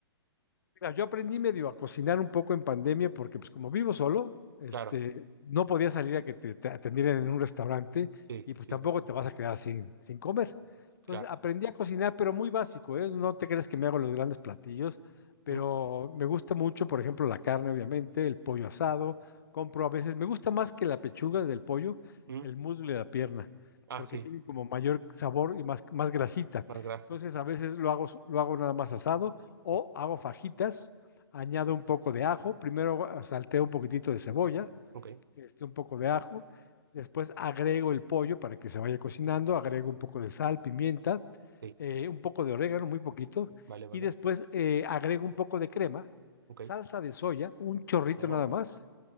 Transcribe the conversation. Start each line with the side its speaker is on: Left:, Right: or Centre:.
Left: Mira, yo aprendí medio a cocinar un poco en pandemia porque pues como vivo solo, este,
Right: Claro,
Left: no podía salir a que te, te atendieran en un restaurante
Right: sí,
Left: y pues
Right: sí,
Left: tampoco
Right: sí, sí,
Left: te vas a quedar sin, sin comer. Entonces
Right: claro.
Left: aprendí a cocinar, pero muy básico, ¿eh? No te crees que me hago los grandes platillos, pero
Right: Mm,
Left: me gusta mucho, por ejemplo, la carne, obviamente, el pollo asado, compro a veces, me gusta más que la pechuga del pollo,
Right: mm,
Left: el muslo y la pierna,
Right: Ah,
Left: porque
Right: sí,
Left: tiene como mayor sabor y más, más grasita.
Right: más grasa,
Left: Entonces a veces lo hago, lo hago nada más asado
Right: sí,
Left: o hago fajitas, añado un poco de ajo, primero salteo un poquitito de cebolla,
Right: ok,
Left: este, un poco de ajo, después agrego el pollo para que se vaya cocinando, agrego un poco de sal, pimienta,
Right: sí,
Left: eh, un poco de orégano, muy poquito,
Right: vale, vale,
Left: y después eh, agrego un poco de crema,
Right: ok.
Left: salsa de soya, un chorrito
Right: Oh,
Left: nada más,